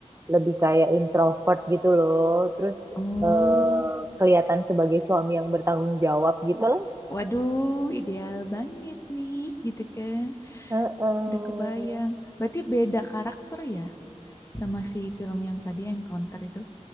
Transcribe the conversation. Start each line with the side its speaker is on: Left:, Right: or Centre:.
Right: lebih kayak introvert gitu loh. Terus
Left: Oh.
Right: eh, kelihatan sebagai suami yang bertanggung jawab gitu lah.
Left: Waduh, ideal banget nih, gitu kan.
Right: Heeh.
Left: Udah kebayang. Berarti beda karakter ya sama si film yang tadi Encounter itu.